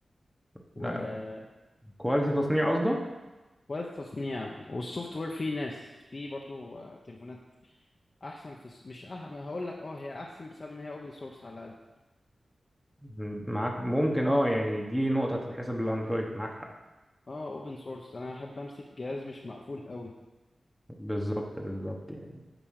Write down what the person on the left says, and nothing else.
وكواليتي
التصنيع والسوفت وير في ناس في برضو آه، تليفونات احسن في الس- مش أح... هقول لك اه هي احسن بسبب ان هي اوبن سورس على الاقل
اه اوبن سورس انا احب امسك جهاز مش مقفول قوي